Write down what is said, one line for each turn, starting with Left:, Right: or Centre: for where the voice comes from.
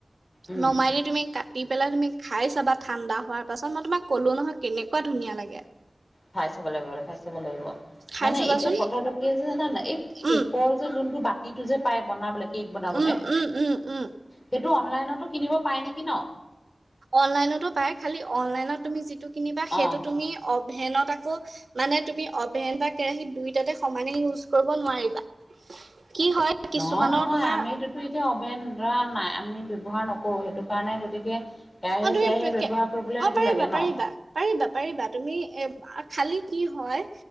Left: উম
Right: নমাই দি তুমি কা- কাটি পেলাই তুমি খাই চাবা ঠাণ্ডা হোৱাৰ পাছত, মই তোমাক ক'লোঁ নহয় কেনেকুৱা ধুনীয়া লাগে!
Left: খাই চাব লাগিব, খাই চাব লাগিব।
Right: খাই
Left: মানে
Right: চাবাচোন
Left: এতিয়া কথাটো কি হৈছে, জানা নাই? কেকৰ
Right: উম,
Left: যে যোনটো বাতিটো যে পায় বনাবলে, কেক বনাবলে।
Right: উম, উম, উম, উম।
Left: সেইটো অনলাইনতো কিনিব পাই নেকি ন?
Right: অনলাইনতো পাই খালি অনলাইনত তুমি যিটো কিনিবা, সেইটো
Left: অ
Right: তুমি- অভেনত আকৌ- মানে তুমি অভেন বা কেৰাহী দুইটাতে সমানে ইউজ কৰিব নোৱাৰিবা। কি হয়? কিছুমানৰ
Left: নহয়- নহয়,
Right: তোমাৰ
Left: আমিতোতো এতিয়া অভেন ধৰা নাই আমি ব্যৱহাৰ নকৰো। সেইটো- কাৰণে গতিকে কেৰাহী
Right: অ তুমি
Left: -চেৰাহী
Right: পেকে
Left: ব্যৱহাৰ কৰিবলে
Right: অ
Left: সেইটো
Right: পাৰিবা
Left: লাগে
Right: পাৰিবা
Left: ন।
Right: পাৰিবা, পাৰিবা। তুমি এ খালি কি হয়?